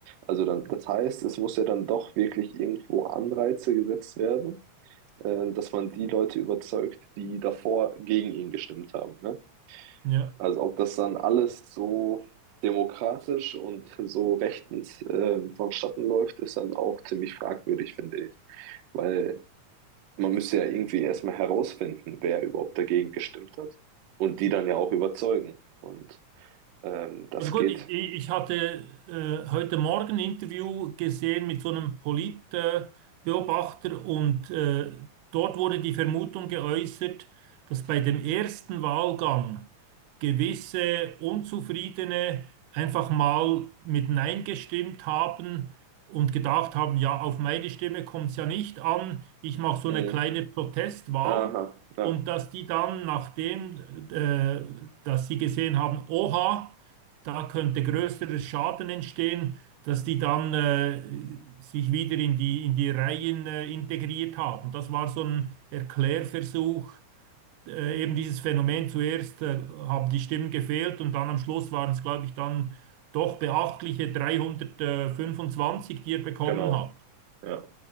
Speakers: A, on the right; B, on the right.
A: Also dann, das heißt, es muss ja dann doch wirklich irgendwo Anreize gesetzt werden äh, dass man die Leute überzeugt, die davor gegen ihn gestimmt haben. Ne?
B: Ja.
A: Also ob das dann alles so demokratisch und so rechtens ähm, vonstatten läuft, ist dann auch ziemlich fragwürdig, finde ich. Weil man müsste ja irgendwie erstmal herausfinden, wer überhaupt dagegen gestimmt hat und die dann ja auch überzeugen. Und ähm, das
B: Also gut,
A: geht.
B: ich, ich hatte äh, heute Morgen ein Interview gesehen mit so einem Politbeobachter äh, Beobachter und äh, dort wurde die Vermutung geäußert, dass bei dem ersten Wahlgang gewisse Unzufriedene einfach mal mit Nein gestimmt haben und gedacht haben, ja, auf meine Stimme kommt es ja nicht an, ich mache so
A: Mhm.
B: eine kleine Protestwahl
A: Aha, ja.
B: und dass die dann, nachdem äh, dass sie gesehen haben, oha, da könnte größerer Schaden entstehen, dass die dann äh, sich wieder in die, in die Reihen äh, integriert haben. Das war so ein Erklärversuch, äh, eben dieses Phänomen. Zuerst äh, haben die Stimmen gefehlt und dann am Schluss waren es, glaube ich, dann doch beachtliche 325, die er bekommen
A: Genau.
B: hat.
A: Ja.